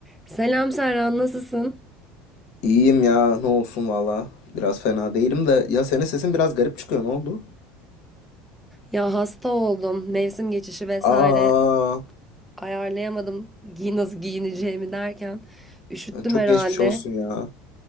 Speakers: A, in the centre; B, on the left.
A: Selam Serhan, nasılsın?
B: İyiyim ya ne olsun valla. Biraz fena değilim de ya senin sesin biraz garip çıkıyor ne oldu?
A: Ya hasta oldum. Mevsim geçişi vesaire
B: Aa
A: ayarlayamadım. Gi nasıl giyineceğimi derken üşüttüm
B: çok
A: herhalde.
B: geçmiş olsun ya.